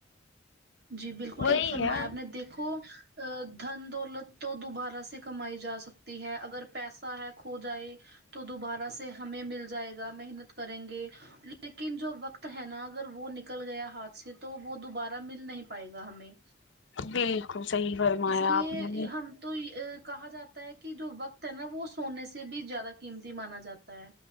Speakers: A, on the right; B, on the left.
A: جی بالکل
B: وہی
A: ٹھیک فرمایا
B: ہے
A: آپ نے دیکھو ا دھن دولت تو دوبارہ سے کمائی جا سکتی ہے اگر پیسہ ہے کھو جائے تو دوبارہ سے ہمیں مل جائے گا محنت کریں گے لیکن جو وقت ہے نا اگر وہ نکل گیا ہاتھ سے تو وہ دوبارہ مل نہیں پائے گا ہمیں
B: بالکل صحیح فرمایا
A: اس لیے
B: آپ نے
A: ہم تو یے کہا جاتا ہے کی جو وقت ہے نا وہ سونے سے بھی زیادہ قیمتی مانا جاتا ہے